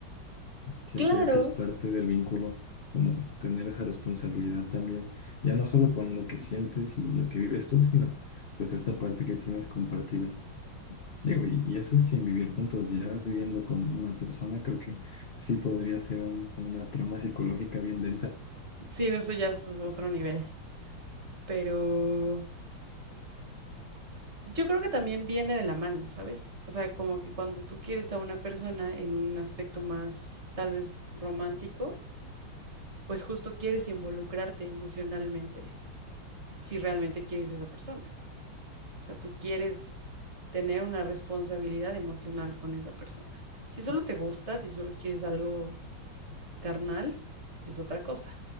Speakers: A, on the left; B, on the right.
A: Siento
B: Claro,
A: yo que es parte del vínculo, como tener esa responsabilidad también, ya no solo con lo que sientes y lo que vives tú, sino pues esta parte que tienes compartida. Digo, y, y eso sin vivir juntos, ya viviendo con una persona, creo que sí podría ser un- una trama psicológica bien densa.
B: sí, eso ya es otro nivel, pero yo creo que también viene de la mano, ¿sabes? O sea, como que cuando tú quieres a una persona en un aspecto más tal vez romántico, pues justo quieres involucrarte emocionalmente si realmente quieres a esa persona. O sea, tú quieres tener una responsabilidad emocional con esa persona. Si solo te gusta, si solo quieres algo carnal es otra cosa.